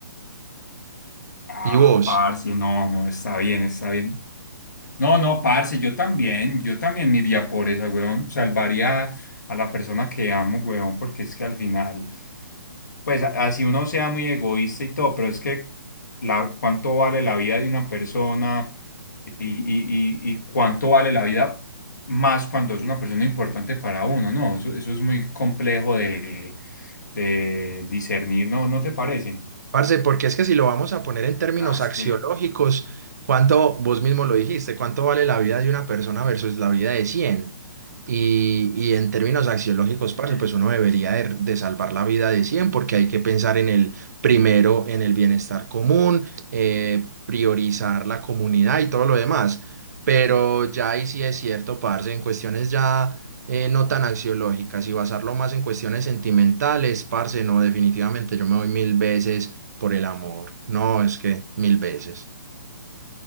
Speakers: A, on the left; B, on the right.
A: Ah,
B: ¿Y vos?
A: parce, no, no, está bien, está bien. No, no, parce, yo también, yo también me iría por esa, weón. Salvaría a la persona que amo, weón, porque es que al final, pues a- así uno sea muy egoísta y todo, pero es que la, cuánto vale la vida de una persona y, y, y, y cuánto vale la vida más cuando es una persona importante para uno, ¿no? Eso, eso es muy complejo de, de discernir, ¿no? ¿No te parece?
B: Parce, porque es que si lo vamos a poner en términos
A: Ah, es
B: axiológicos,
A: que...
B: ¿cuánto, vos mismo lo dijiste, cuánto vale la vida de una persona versus la vida de cien Y, y en términos axiológicos,
A: Ujú.
B: parce, pues uno debería de, de salvar la vida de 100 porque hay que pensar en el primero, en el bienestar común, eh, priorizar la comunidad y todo lo demás. Pero ya ahí sí es cierto, parce, en cuestiones ya eh, no tan axiológicas y basarlo más en cuestiones sentimentales, parce, no, definitivamente yo me voy mil veces por el amor. No, es que mil veces.